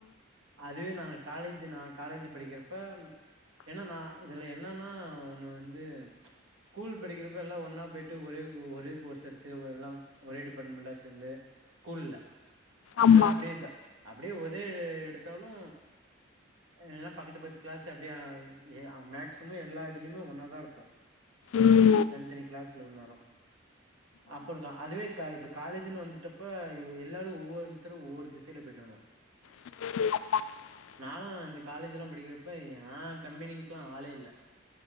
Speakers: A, on the right; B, on the left.
A: அதுவே நாங்க காலேஜ் நா காலேஜ் படிக்கிறப்ப என்னா நா இதுல என்னன்னா ஒன்னு வந்து ஸ்கூல் படிக்கிறப்ப எல்லா ஒன்னா போயிட்டு ஒரே குரூ ஒரே கோர்ஸ் எடுத்து ஓ எல்லாம் ஒரே டிபார்ட்மெண்டா சேர்ந்து ஸ்கூல்ல
B: ஆமா
A: எல்லா அப்டியே அப்டியே ஒரே எடுத்தாலு எல்லா பக்கத்து பக்கத்து கிளாஸ் அப்படியே மேக்சிமம் எல்லா இதுலயுமே ஒன்னா தா இருப்போ
B: ம்ம்
A: தனித்தனி கிளாஸ்ல இருந்தாலு அப்டிதா அதுவே க இப்ப காலேஜினு வந்துட்டப்ப எல்லாரு ஒவ்வொருத்தரு ஒவ்வொரு திசையில போய்டாங்க
B: <inaudible>
A: நாலா அந்த காலேஜிலா படிக்கிறப்ப யான் கம்பெனிங்க்லா ஆளே இல்ல